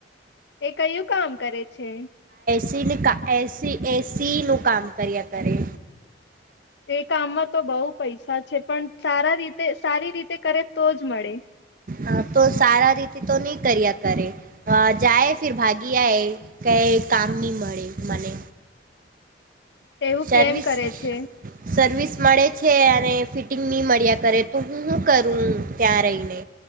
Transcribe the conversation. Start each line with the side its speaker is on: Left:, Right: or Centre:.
Left: એ કયું કામ કરે છે.
Right: સિન કા એસી એસીનું કામ કર્યા કરે
Left: એ કામમાં તો બહુ પૈસા છે પણ સારા રીતે સારી રીતે કરે તો જ મળે.
Right: હ તો સારા રીતે તો નહી કર્યા કરે જાય ફર ભાગી આ ક કામ નની મળે મને.
Left: એવું
Right: સર્વિસ
Left: કેમ કરે છે.
Right: સર્વિસ મળે છે અને ફિટિંગ નહી મળ્યા કરે તો હુંું કરું ત્યાં રહીને